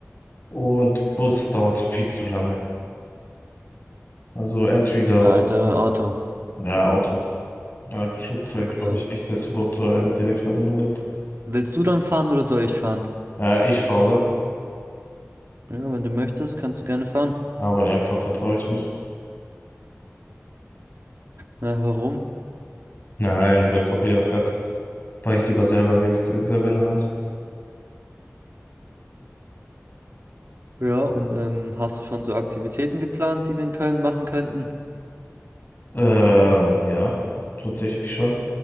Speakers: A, on the left (about 45°); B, on the right (about 55°).
A: Und Bus dauert viel zu lange. Also entweder,
B: Ja, Alter, Auto.
A: ja, Auto. Ja, Flugzeug
B: Okay.
A: glaube ich nicht, dass es überhaupt so eine Direktverbindung gibt.
B: Willst du dann fahren oder soll ich fahren?
A: Ja, ich fahre da.
B: Ja, wenn du möchtest, kannst du gerne fahren.
A: Aber einfach vertraue ich nicht.
B: Ja, warum?
A: Nein, du weißt doch, wie er fährt. Fahr ich lieber selber, nehme ich selber in der Hand.
B: Ja, und ähm, hast du schon so Aktivitäten geplant, die wir in Köln machen könnten?
A: Ähm, ja, tatsächlich schon.